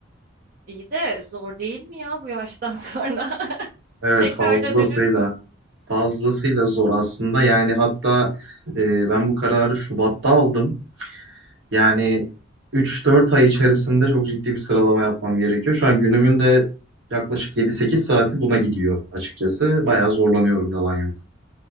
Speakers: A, on the right; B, on the right.
A: İyi de zor değil mi ya bu yaştan sonra? <laughs>
B: Evet
A: Tekrar
B: fazlasıyla
A: dönülür mü?
B: fazlasıyla zor aslında. Yani hatta e, ben bu kararı Şubat'ta aldım. Yani üç dört ay içerisinde çok ciddi bir sıralama yapmam gerekiyor. Şu an günümün de yaklaşık yedi sekiz saati buna gidiyor açıkçası. Bayağı zorlanıyorum yalan yok.